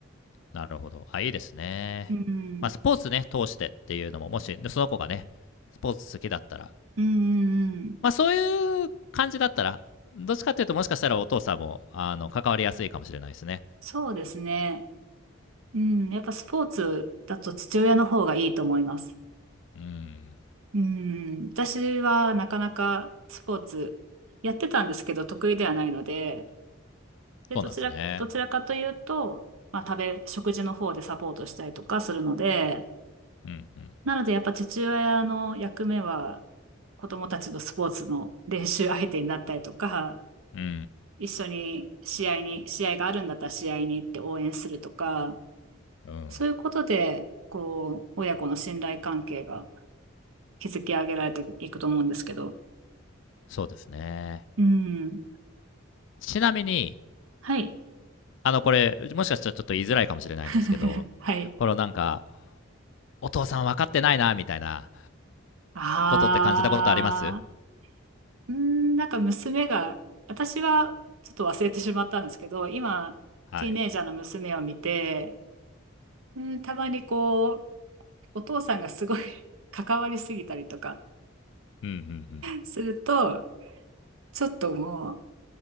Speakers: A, on the left; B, on the right.
A: なるほど。あ、いいですね。
B: うん。
A: まあスポーツね、通してっていうのも、もしその子がね、スポーツ好きだったら、
B: うんうんうん。
A: まあ、そういう感じだったら、どっちかっていうと、もしかしたらお父さんもあの関わりやすいかもしれないですね。
B: そうですね。うん。やっぱスポーツだと父親の方がいいと思います。
A: うん、うん
B: うん。私はなかなかスポーツやってたんですけど、得意ではないので、で、
A: そうなんですね。
B: どちら、どちらかというと、まあ、食べ、食事の方でサポートしたりとかするので、
A: うん、うん、
B: なので、
A: う
B: やっぱ父親の役目は、子供たちのスポーツの練習相手になったりとか、
A: ん。
B: 一緒に試合に、試合があるんだったら試合に行って応援するとか、
A: うん、うん。
B: そういうことで、こう、親子の信頼関係が築き上げられていくと思うんですけど。
A: そうですね。
B: うん。
A: ちなみに、
B: はい。
A: あの、これ、もしかしたらちょっと言いづらいかもしれないんですけど、
B: <laughs> はい。
A: このなんか、お父さん分かってないな、みたいな
B: ああ、
A: ことって感じたことあります
B: うーん、なんか娘が、私はちょっと忘れてしまったんですけど、今、
A: はい。
B: ティーネイジャーの娘を見て、うん、たまにこう、お父さんがすごい <laughs> 関わりすぎたりとか
A: うん、うん、うん。
B: すると、ちょっともう、